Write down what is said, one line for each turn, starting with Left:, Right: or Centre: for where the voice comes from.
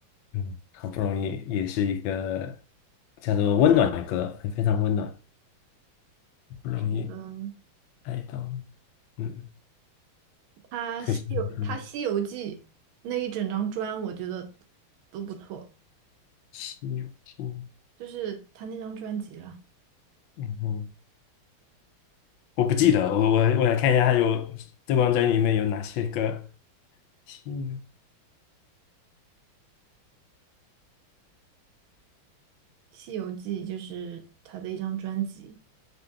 Left: 嗯，好不容易也是一个叫做温暖的歌，非常温暖，不容易
Right: 嗯，
Left: 爱到你嗯，
Right: 他《西游》他《西游记》那一整张专，
Left: 可惜你的
Right: 我觉得都不错，
Left: 心有心。
Right: 就是他那张专辑了，
Left: 嗯哼，我不记得，我我我想看一下，还有这张专辑里面有哪些歌？心
Right: 《西游记》就是他的一张专辑。